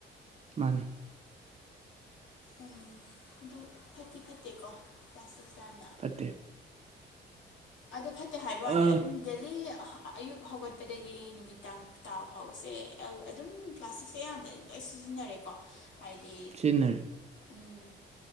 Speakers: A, on the right (about 35°); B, on the left (about 70°).
A: ꯃꯥꯅꯦ
B: ꯎꯝ ꯑꯗꯨ ꯐꯠꯇꯤ ꯐꯠꯇꯦꯀꯣ ꯄ꯭ꯂꯥꯁꯇꯤꯛꯁꯦ ꯌꯥꯝꯅ
A: ꯐꯠꯇꯦ
B: ꯑꯗꯨ ꯐꯠꯇꯦ ꯍꯥꯏꯕ ꯋꯥꯅꯤ
A: ꯑ
B: ꯑꯗꯨꯝ ꯗꯦ ꯂꯤ ꯑ ꯑꯌꯨꯛ ꯍꯧꯒꯠꯄꯗꯒꯤ ꯅꯨꯃꯤꯗꯥꯡ ꯇꯥ ꯐꯥꯎꯕꯁꯦ ꯑꯗꯨꯝ ꯄ꯭ꯂꯥꯁꯇꯤꯛꯁꯦ ꯌꯥꯝꯅ ꯂꯣꯏ ꯁꯤꯖꯤꯟꯅꯔꯦꯀꯣ ꯍꯥꯏꯗꯤ
A: ꯁꯤꯖꯤꯟꯅꯔꯦ
B: ꯎꯝ